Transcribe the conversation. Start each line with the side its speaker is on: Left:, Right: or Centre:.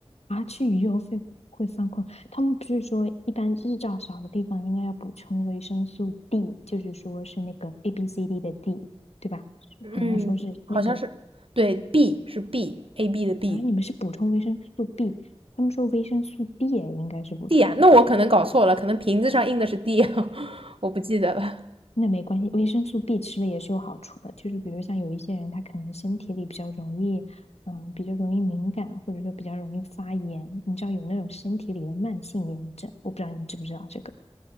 Left: 啊，吃鱼游会会犯困。他们不是说，一般日照少的地方应该要补充维生素 D，就是说是那个 A B C D 的 D，对吧？
Right: 嗯，
Left: 好像说是那个
Right: 好像是，对，B 是 B，A B 的 B，D
Left: 啊，你们是补充维生素 B，他们说维生素 D 也应该是补充，
Right: 啊，那我可能搞错了，可能瓶子上印的是 D，<laughs> 我不记得了。
Left: 那没关系，维生素 B 吃了也是有好处的。就是比如像有一些人，他可能身体里比较容易，嗯，比较容易敏感，或者说比较容易发炎，你知道有那种身体里的慢性炎症，我不知道你知不知道这个。